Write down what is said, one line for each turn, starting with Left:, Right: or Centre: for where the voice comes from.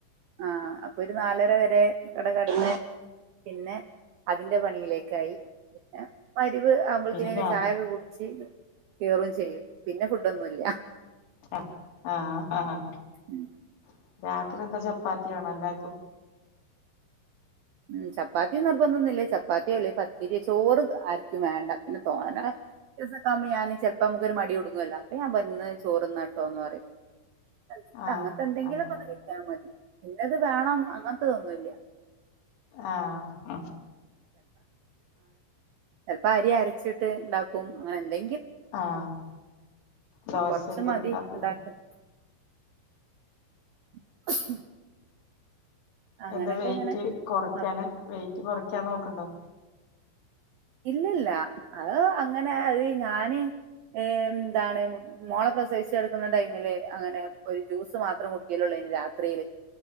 Right: ആഹ് അപ്പൊ ഒരു നാലര വരെ കട കടന്ന് പിന്നെ അതിന്റെ പണിയിലേക്ക് കായി വരവ്
Left: പിന്നെ
Right: ഇനി
Left: രാ
Right: ചായയൊക്കെ കേറും ചെയ്യും പിന്നെ ഫുഡൊന്നുമില്ല
Left: ആഹ് ആഹ് ആഹ്
Right: ഉം
Left: <unintelligible> രാത്രി എന്താ ചപ്പാത്തി ആണോ എല്ലാവർക്കും
Right: ഉം ചപ്പാത്തി നിർബന്ധം ഒന്നുമില്ല ചപ്പാത്തിയോ അല്ലേ പത്തിരിയോ ചോറ് ആർക്കും വേണ്ട പിന്നെ തോനെ ദിവസമൊക്ക ആകുമ്പോൾ ഞാൻ ചിലപ്പോ നമുക്കൊരു മടി തുടുങ്ങുവല്ലോ അപ്പൊ ഞാൻ പറയും ഇന്ന് ചോറ് തിന്ന് കേട്ടോന്ന് പറയും എന്തല്ലാ
Left: ആഹ്
Right: അങ്ങനത്തെ എന്തെങ്കിലുമൊക്കെ
Left: അങ്ങനെ
Right: ഒന്ന് കിട്ടിയാൽ മതി ഇന്നത് വേണം അങ്ങനത്തേതൊന്നുമില്ല
Left: ആഹ്
Right: ചൽപ്പ അരി അരച്ചിട്ട് ഇണ്ടാക്കും അങ്ങനെ എന്തെ
Left: ആഹ് ദോശ
Right: കുറച്ച്
Left: എന്തേലും
Right: മതി
Left: ഉണ്ടാക്കുലേ
Right: ഉണ്ടാക്കും <unintelligible> അങ്ങനൊക്കെ
Left: എന്റെ വെയിറ്റ്
Right: അങ്ങനെ
Left: കുറക്ക്യാന്
Right: ആകും
Left: വെയിറ്റ് കൊറ ക്ക്യാൻ നോക്കുണ്ടോ
Right: ഇല്ലല്ല അത് അങ്ങനെ അത് ഞാന് എന്താണ് മോളെ പ്രസവിച്ച് കിടക്കുന്ന ടൈമില് അങ്ങനെ ഒരു ജ്യൂസ് മാത്രം കുടിക്കലേയുള്ളോനി രാത്രിയില്